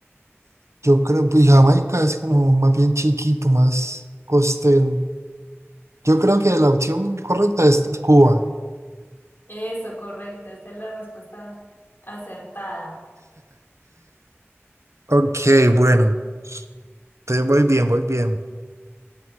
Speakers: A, on the right (about 85°); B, on the left (about 45°).
A: Yo creo, pues Jamaica es como más bien chiquito, más costero. Yo creo que la opción correcta es Cuba.
B: Eso, correcto. Esa es la respuesta acertada.
A: Ok, bueno, entonces voy bien, voy bien.